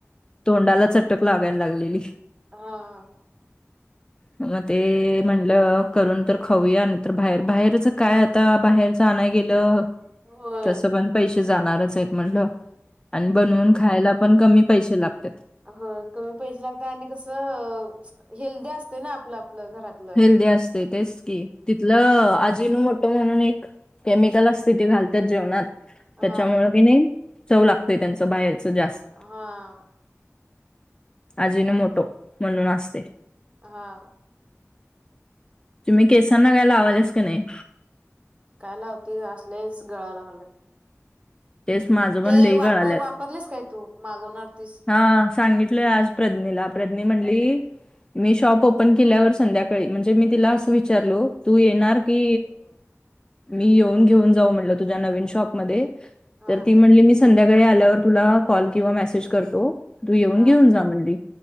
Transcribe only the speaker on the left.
तोंडाला चट अटक लागायला लागलेली
मग ते म्हंलं करून तर खाऊया नाही तर बाहेर बाहेरच काय आता बाहेर जाण गेलं
तसं पण पैसे जाणारच आहेत म्हटलं आणि बनवून खायला पण कमी पैसे लागतात
हेल्दी असते तेच की तिथ ल आजीनू मोठं म्हणून एक केमिकल असते ते घालतात जेवणात
त्याच्यामुळे की नाही चव लागतय त्यांच बाहेरच जास्त
आजीून मोटो म्हणून असते
तुम्ही केसांना गायला ला आवालेस का नाही
तेच माझं पण
लेह
ग आल्यात
हा सांगितले आज प्रज्ञेला प्रज्ञा म्हणली मी शॉप ओपन केल्यावर संध्याकाळी म्हणजे मी तिला असं विचारलो तू येणार की मी येऊन घेऊन जाऊ म्हटलं तुझ्या नवीन शॉपमध्येध्ये
तर ती म्हणली मी संध्याकाळी आल्यावर तुला कॉल किंवा मेसेज करतो तू येऊन
घेऊन जा म्हणली